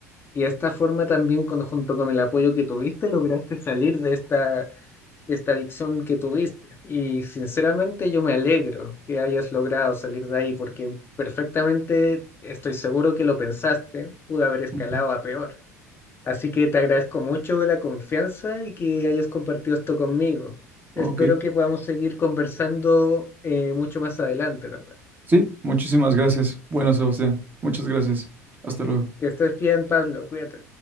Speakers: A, on the left; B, on the right.
A: y de esta forma también con- junto con el apoyo que tuviste lograste salir de esta, de esta adicción que tuviste. Y sinceramente yo me alegro que hayas logrado salir de ahí porque perfectamente estoy seguro que lo pensaste, pudo haber escalado
B: ujú.
A: a peor. Así que te agradezco mucho la confianza y que hayas compartido esto conmigo. Espero
B: Ok.
A: que podamos seguir conversando eh, mucho más adelante también.
B: Sí, muchísimas gracias. Bueno, Sebastián, muchas gracias. Hasta luego.
A: Que estés bien, Pablo, cuídate.